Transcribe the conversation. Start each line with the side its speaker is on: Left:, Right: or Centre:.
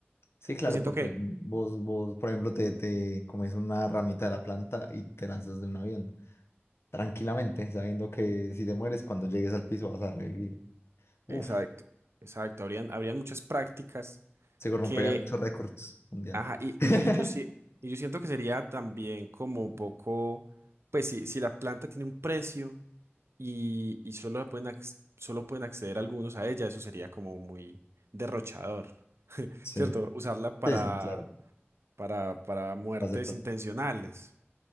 Left: Sí, claro,
Right: Pues siento
Left: porque
Right: que,
Left: vos, vos, por ejemplo, te, te comes una ramita de la planta y te lanzas de un avión, tranquilamente, sabiendo que si te mueres, cuando llegues al piso vas a revivir. Uf,
Right: exacto, exacto, habrían, habrían muchas prácticas
Left: se romperían
Right: que,
Left: muchos récords mundiales.
Right: ajá, y, y,
Left: <laughs>
Right: y yo, sí- y yo siento que sería también como un poco, pues si, si la planta tiene un precio. y, y solo pueden acc- solo pueden acceder algunos a ella, eso sería como muy derrochador,
Left: Sí,
Right: ¿cierto? Usarla para,
Left: sí, sí, claro,
Right: para, para muertes
Left: para hacer cosas.
Right: intencionales.